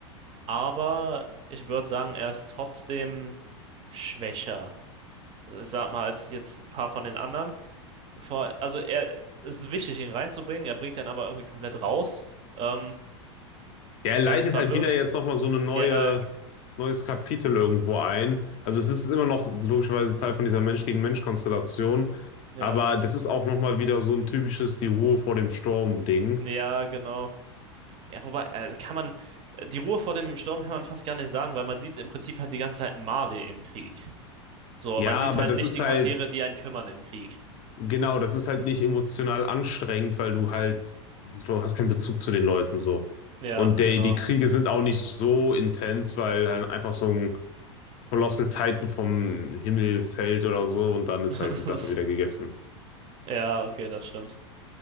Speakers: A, on the right; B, on the left.
A: aber ich würde sagen, er ist trotzdem schwächer, äh, sag mal, als jetzt ein paar von den anderen. Vor, also er es ist wichtig, ihn reinzubringen, er bringt dann aber irgendwie komplett raus. Ähm,
B: Ja, er leitet
A: er ist verwirrend.
B: halt wieder jetzt nochmal so eine neue,
A: Ja, g-
B: neues Kapitel irgendwo ein. Also es ist immer noch logischerweise Teil von dieser Mensch-gegen-Mensch-Konstellation.
A: ja,
B: Aber das ist auch nochmal wieder so ein typisches die Ruhe vor dem Sturm-Ding.
A: ja, genau. Ja, wobei, äh, kann man, die Ruhe vor dem Sturm kann man fast gar nicht sagen, weil man sieht im Prinzip halt die ganze Zeit Marley im Krieg. So,
B: Ja,
A: man sieht
B: aber
A: halt
B: das
A: nicht
B: ist
A: die
B: halt,
A: Charaktere, die einen kümmern im Krieg.
B: genau, das ist halt nicht emotional anstrengend, weil du halt, du hast keinen Bezug zu den Leuten so.
A: Ja,
B: Und
A: genau.
B: die, die Kriege sind auch nicht so intens, weil halt einfach so ein Colossal Titan vom Himmel fällt oder so und dann ist
A: <laughs> Das
B: halt die Sache
A: ist-
B: wieder gegessen.
A: Ja, okay, das stimmt.